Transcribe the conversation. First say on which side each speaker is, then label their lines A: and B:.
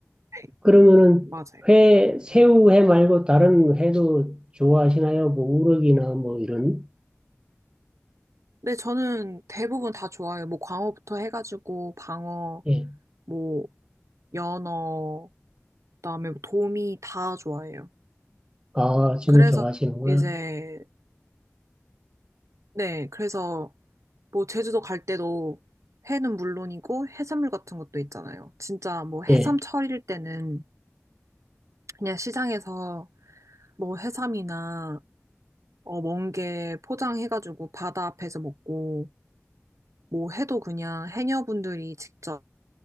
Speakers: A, on the right; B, on the right.
A: 네,
B: 그러면은
A: 맞아요.
B: 회, 새우회 말고 다른 회도 좋아하시나요? 뭐 우럭이나 뭐 이런?
A: 네, 저는 대부분 다 좋아해요. 뭐 광어부터 해가지고 방어,
B: 예.
A: 뭐 연어, 그다음에 뭐 도미 다 좋아해요.
B: 아, 전부
A: 그래서
B: 좋아하시는구나.
A: 이제, 네, 그래서 뭐 제주도 갈 때도 회는 물론이고 해산물 같은 것도 있잖아요. 진짜 뭐 해삼
B: 예,
A: 철일 때는 그냥 시장에서 뭐 해삼이나 어, 멍게 포장해가지고 바다 앞에서 먹고 뭐 해도 그냥 해녀분들이 직접